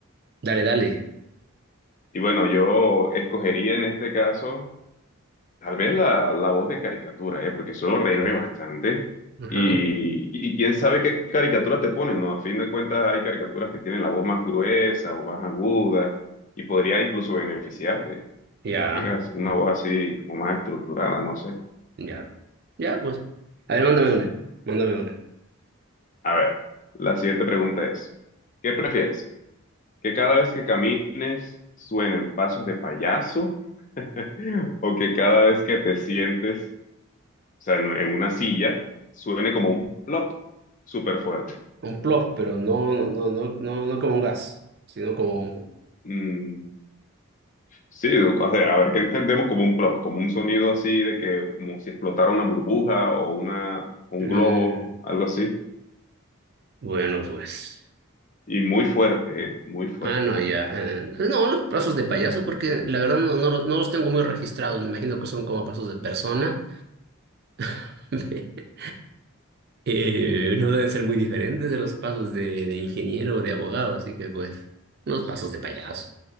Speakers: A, on the right; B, on the left.
A: dale, dale.
B: y bueno, yo escogería en este caso tal vez la, la voz de caricatura, ¿eh? Porque suelo reírme bastante.
A: Ajá,
B: Y, y, quién sabe qué caricatura te ponen, ¿no? A fin de cuentas hay caricaturas que tienen la voz más gruesa o más aguda y podría incluso beneficiarte
A: ya,
B: de que tengas una voz así como más estructurada, no sé.
A: ya. Ya pues. A ver, mándame una, mándame una.
B: A ver, la siguiente pregunta es, ¿qué prefieres? ¿Que cada vez que camines suenen pasos de payaso? <laughs> O que cada vez que te sientes, o sea, en, en una silla, suene como un plop súper fuerte.
A: Un plop, pero no, no, no, no, no, no como un gas, sino como un...
B: Mm, sí, o sea, a ver qué entendemos como un plop, como un sonido así de que, como si explotara una burbuja o una, un
A: Mm,
B: globo, algo así.
A: bueno, pues.
B: Y muy fuerte, ¿eh? Muy fuerte.
A: Ah, no, ya. eh, no, los pasos de payaso, porque la verdad no, no los, no los tengo muy registrados. Me imagino que son como pasos de persona. <laughs> Eh, no deben ser muy diferentes de los pasos de, de ingeniero o de abogado, así que pues, unos pasos de payaso.